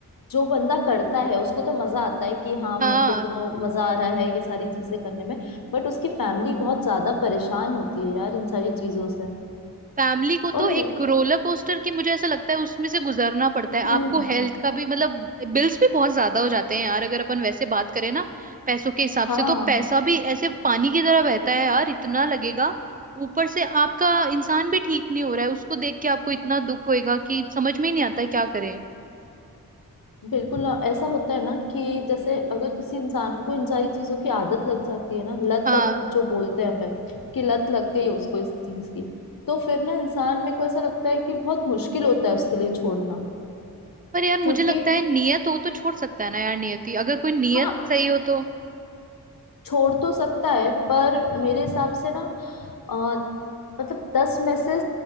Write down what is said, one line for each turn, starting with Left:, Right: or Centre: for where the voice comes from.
Left: जो बंदा करता है उसको तो मजा आता है कि हाँ
Right: हाँ
Left: मेरे को तो मजा आ रहा है ये सारी चीजें करने में बट उसकी फैमिली बहुत ज्यादा परेशान होती है यार इन सारी चीजों से
Right: फैमिली को
Left: और
Right: तो एक
Left: मैं
Right: रोलर कोस्टर की मुझे ऐसा लगता है उसमें से गुजरना पड़ता है
Left: हम्म
Right: आपको हेल्थ का भी मतलब बिल्स भी बहुत ज्यादा हो जाते हैं यार अगर अपन वैसे बात करें ना पैसों के हिसाब
Left: हाँ
Right: से तो पैसा भी ऐसे पानी की तरह बहता है यार इतना लगेगा ऊपर से आपका इंसान भी ठीक नहीं हो रहा है उसको देख के आपको इतना दुख होएगा कि समझ में ही नहीं आता क्या करें
Left: बिल्कुल ना, ऐसा होता है ना कि जैसे अगर किसी इंसान को इन सारी चीजों की आदत लग जाती है ना लत
Right: हाँ
Left: तक जो बोलते हैं अपन कि लत लग गई उसको इस चीज की तो फिर ना इंसान मेरे को ऐसा लगता है कि बहुत मुश्किल होता है उसके लिए छोड़ना
Right: पर यार मुझे
Left: क्योंकि
Right: लगता है नियत हो तो छोड़ सकता है ना यार नियति अगर कोई नियत
Left: हाँ
Right: सही हो तो
Left: छोड़ तो सकता है पर मेरे हिसाब से ना अ, मतलब दस में से